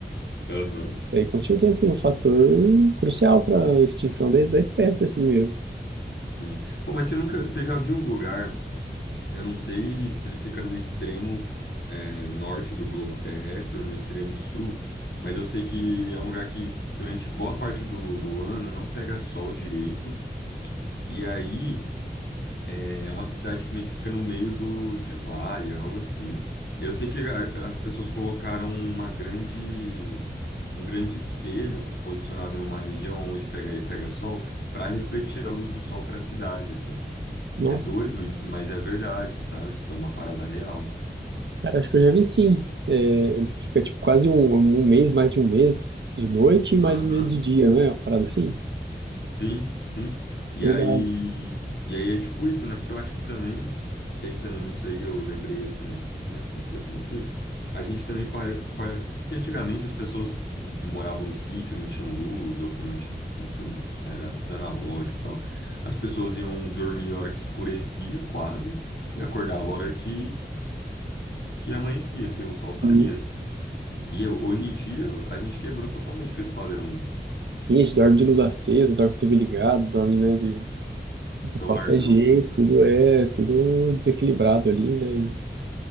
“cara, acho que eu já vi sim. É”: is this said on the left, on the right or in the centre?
Right